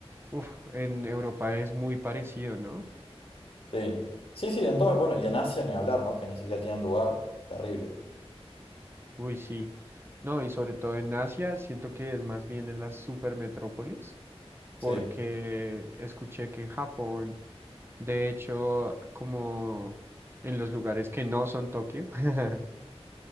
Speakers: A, on the right; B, on the left.
A: Uf, en Europa es muy parecido, ¿no?
B: Sí, sí, sí, en todo, bueno, y en Asia ni hablar, ¿no? Que ni siquiera tienen lugar, terrible.
A: Uy, sí. No, y sobre todo en Asia, siento que es más bien en las supermetrópolis,
B: Sí,
A: porque escuché que en Japón, de hecho, como en los lugares que no son Tokio, <laughs>